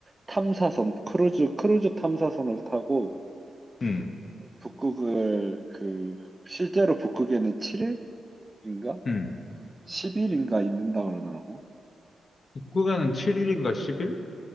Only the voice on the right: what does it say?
탐사선, 크루즈, 크루즈 탐사선을 타고
북극을 그 실제로 북극에는 7일인가?
10일인가 있는다 그러더라고.